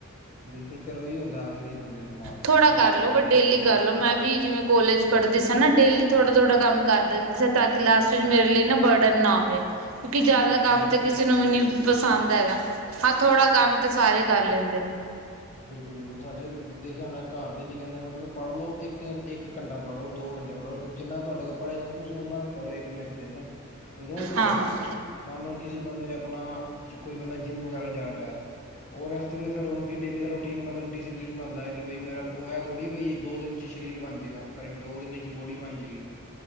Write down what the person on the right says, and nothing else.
ਥੋੜਾ
ਕਰਲੋ
ਬਟ
ਡੇਲੀ
ਕਰਲੋ
ਮੈਂ ਵੀ ਜਿਵੇਂ, ਕੋਲੇਜ ਪੜ੍ਹਦੀ ਸੀ ਨਾ ਡੇਲੀ ਥੋੜਾ ਥੋੜਾ ਕੰਮ ਕਰ ਦਿੰਦੇ ਸੀ, ਤਾਂ ਕਿ ਲਾਸਟ ਵਿੱਚ ਮੇਰੇ ਲਈ ਨਾ ਬਰਡਨ ਨਾ ਆਵੇ। ਕਿਉਕਿ ਜਿਆਦਾ ਕੰਮ
ਤੇ
ਕਿਸੇ ਨੂੰ ਵੀ
ਨੀ ਪਸੰਦ ਹੈਗਾ। ਹਾਂ, ਥੋੜਾ ਕੰਮ ਤੇ ਸਾਰੇ ਕਰ ਲੈਂਦੇ ਨੇਂ,
ਹਾਂ